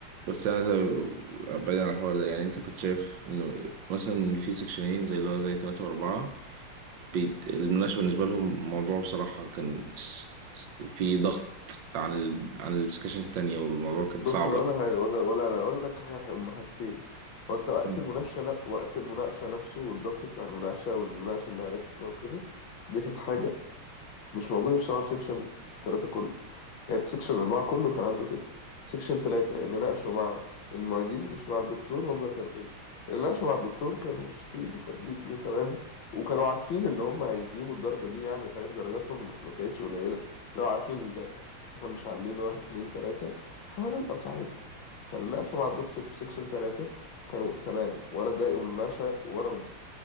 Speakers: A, on the right; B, on the left.
A: بس انا ده- بعيد عن الحوار ده يعني انت كنت شايف انه مثلا في سكشنين زي اللي هو زي ثلاثة واربعة بيت... المناقشة بالنسبة لهم موضوع بصراحة كان س... س- في ضغط عن ال... عن السكشن التانية والموضوع كان صعب
B: بص أنا أقول لك حاجة ولا ولا لا أقول لك حاجة هما حاجتين هو أنت وقت
A: مم.
B: المناقشة ن- وقت المناقشة نفسه والضغط بتاع المناقشة والمناقشة إنها رخمة وكده دي كانت حاجة مش موجودة بصراحة في سكشن تلاتة كله كانت سكشن أربعة كله كان عنده كده سكشن تلاتة اللي ناقشوا مع المعيدين مش مع الدكتور هم اللي كانوا كده اللي ناقشوا مع الدكتور كانوا مبسوطين وخارجين وتمام وكانوا عارفين إن هم هيجيبوا الدرجة دي يعني فاهم درجاتهم ما كانتش قليلة لو عارفين إن إحنا مش عاملين واحد اتنين تلاتة فهننقص عادي فاللي ناقشوا مع الدكتور في سكشن تلاتة كانوا تمام ولا اتضايقوا من المناقشة ولا من